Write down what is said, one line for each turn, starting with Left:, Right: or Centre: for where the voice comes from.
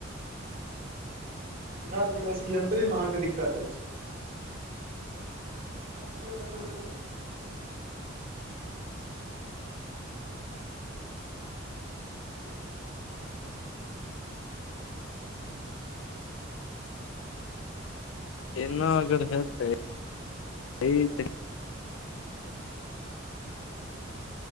Right: हमरा लगय अछि यन्त्रे मे अहाँकेँ दिक्कत अछि <unintelligible>
Left: एना अगर हेतै। एहि त।